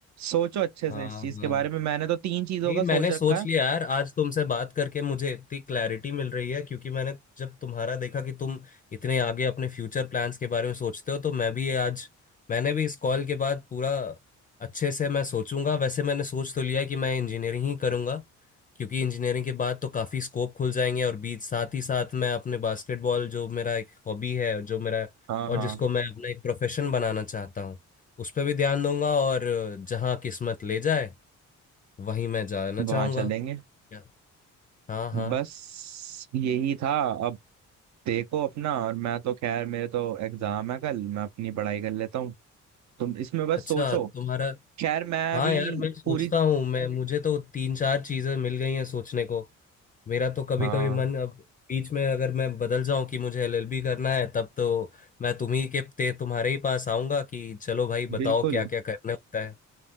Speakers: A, on the right; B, on the left.
A: सोचो अच्छे
B: हाँ
A: से इस चीज
B: हाँ
A: के बारे में मैंने तो तीन चीजों
B: जी
A: का सोच
B: मैंने
A: रखा
B: सोच
A: है
B: लिया यार आज तुमसे बात करके मुझे इतनी क्लैरिटी मिल रही है क्योंकि मैंने जब तुम्हारा देखा कि तुम इतने आगे अपने फ्यूचर प्लान्स के बारे में सोचते हो तो मैं भी ये आज मैंने भी इस कॉल के बाद पूरा अच्छे से मैं सोचूंगा वैसे मैंने सोच तो लिया है कि मैं इंजीनियरिंग ही करूंगा क्योंकि इंजीनियरिंग के बाद तो काफ़ी स्कोप खुल जाएंगे और बीच साथ ही साथ मैं अपने बास्केटबॉल जो मेरा एक हॉबी है जो मेरा
A: हाँ
B: और
A: हाँ
B: जिसको मैं अपना एक प्रोफेशन बनाना चाहता हूँ उस पर भी ध्यान दूंगा और जहाँ किस्मत ले जाए वहीं मैं जाना चाहूंगा
A: वहां चलेंगे
B: क्या हाँ हाँ
A: बस यही था अब देखो अपना और मैं तो खैर मेरे तो एग्जाम है कल मैं अपनी पढ़ाई कर लेता हूँ तुम इसमें बस
B: अच्छा
A: सोचो
B: तुम्हारा
A: खैर मैं
B: हाँ
A: अभी
B: यार मैं सोचता
A: पूरी
B: हूँ मैं मुझे तो तीन चार चीजें मिल गई हैं सोचने को मेरा तो कभी
A: हाँ
B: कभी मन अब बीच में अगर मैं बदल जाऊं कि मुझे एलएलबी करना है तब तो मैं तुम्ही के ते तुम्हारे ही पास आऊंगा कि चलो भाई बताओ
A: बिल्कुल
B: क्या क्या करना होता है